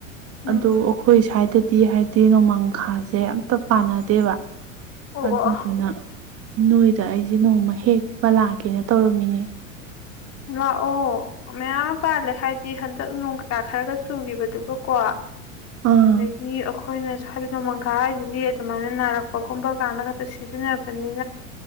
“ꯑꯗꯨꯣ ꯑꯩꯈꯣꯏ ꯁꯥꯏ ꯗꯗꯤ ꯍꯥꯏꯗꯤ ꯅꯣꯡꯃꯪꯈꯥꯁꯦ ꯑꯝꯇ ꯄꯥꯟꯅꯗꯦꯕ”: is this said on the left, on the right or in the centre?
Right